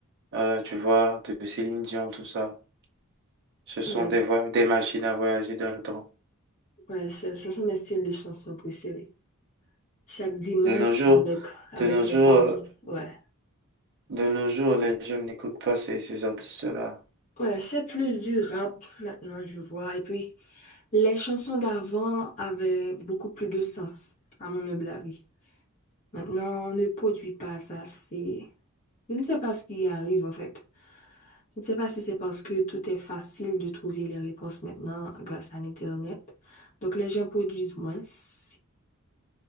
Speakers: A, on the right; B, on the left.
A: euh, tu vois, de Céline Dion, tout ça. Ce sont
B: Ouais,
A: des,
B: c-
A: voy- des machines à voyager dans le temps.
B: ouais, ce, ce sont mes styles de chansons préférés. Chaque dimanche,
A: De nos jours,
B: avec, avec
A: de nos
B: les
A: jours,
B: parties.
A: euh,
B: Ouais.
A: de nos jours, les jeunes n'écoutent pas ces, ces artistes-là.
B: Ouais, c'est plus du rap maintenant, je vois. Et puis, les chansons d'avant avaient beaucoup plus de sens, à mon humble avis. Maintenant, on ne produit pas ça. C'est... Je ne sais pas ce qui arrive, en fait. Je ne sais pas si c'est parce que tout est facile de trouver les réponses maintenant grâce à l'Internet. Donc, les gens produisent moins. si